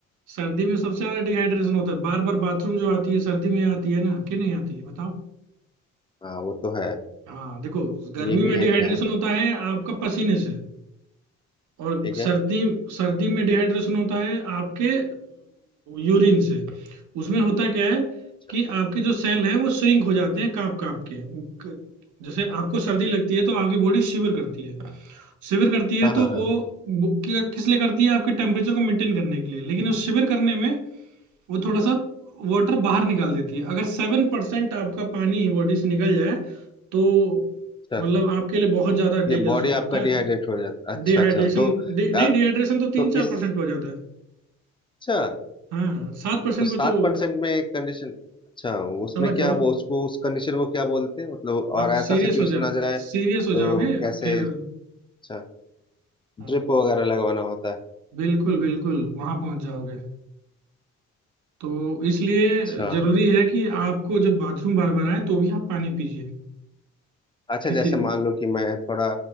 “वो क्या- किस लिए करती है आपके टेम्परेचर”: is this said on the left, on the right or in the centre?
Right